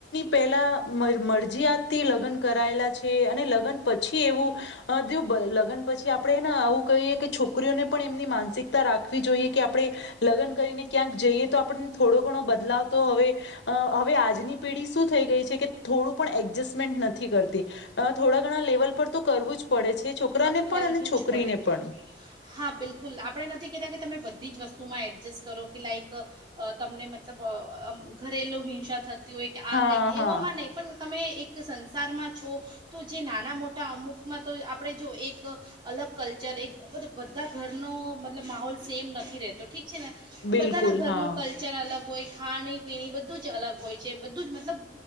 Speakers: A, on the left (about 75°); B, on the right (about 25°).
A: પહેલાં મર મરજીયાતથી લગ્ન કરાયેલા છે અને લગ્ન પછી એવું અ દયો લગન પછી આપડે હેન આવું. કઈ એ કે છોકરીઓને પણ એમની માનસિકતા રાખવી જોઈએ કે આપડે લગન કરીને. ક્યાંક જઈએ તો આપણને થોડો ઘણો બદલાવ. તો હવે હવે આજની પેઢી શું થઈ ગઈ છે કે થોડું પણ એડજસ્ટમેન્ટ નથી કરતી થોડા ઘણા લેવલ પર તો કરવું જ પડે છે છોકરાને
B: ક- કરવું
A: પણ અને છોકરીને
B: જ પડે
A: પણ
B: હા બિલકુલ આપણે નથી કહેતા કે તમે બધી જ વસ્તુમાં એડજસ્ટ કરો કે લાઈક તમને મતલબ ઘરેલું હિંસા થતી હોય કે આ
A: હા
B: કંઈક એવામાં
A: હા
B: નહીં પણ તમે એક સંસારમાં છો તો જે નાના મોટા અમુકમાં તો આપણે જો એક તો અલગ કલ્ચર એ બધ બધા ઘરનો મતલબ માહોલ સેમ નથી રહેતો ઠીક છે ને.
A: બિલકુલ
B: બધા ના ઘરનું
A: હા
B: કલ્. કલ્ચર અલગ હોય ખાણી પીણી બધું જ અલગ હોય છે બધું જ મતલબ